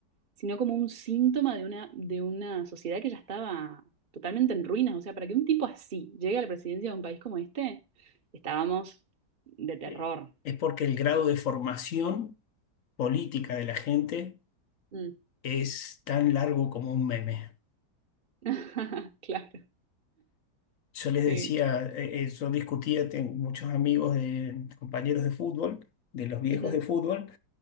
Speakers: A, on the right; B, on the left.
A: sino como un síntoma de una, de una sociedad que ya estaba totalmente en ruinas. O sea, para que un tipo así llegue a la presidencia de un país como este, estábamos de terror.
B: Eh, Es porque el grado de formación política de la gente
A: Mm.
B: es tan largo como un meme.
A: <laughs> Claro,
B: Yo les
A: sí.
B: decía, eh, eh, yo discutía, tengo muchos amigos de compañeros de fútbol, de los viejos
A: Ujú.
B: de fútbol,